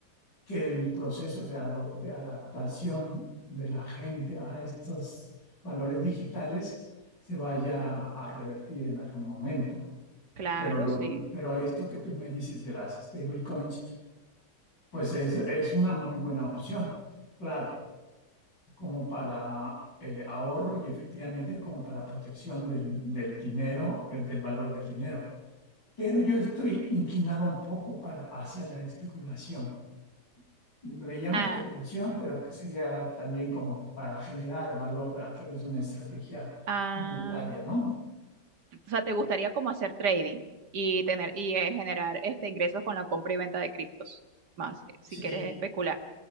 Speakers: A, on the left; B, on the right.
A: que el proceso de, ado- de adaptación de la gente a estos valores digitales se vaya a revertir en algún momento.
B: Claro,
A: Pero, lo,
B: sí.
A: pero esto que tú me dices de las stablecoins, pues es, es una muy buena opción, claro, como para eh, ahorro y efectivamente como para protección del, del dinero, eh, del valor del dinero pero yo estoy inclinado un poco para, hacia la especulación. Le llama
B: Ah,
A: especulación, pero que sería también como para generar valor a través de una estrategia
B: ah,
A: monetaria, ¿no?
B: o sea, ¿te gustaría como hacer trading y tener y eh, generar este ingresos con la compra y venta de criptos? Más, eh, si
A: Sí,
B: quieres especular.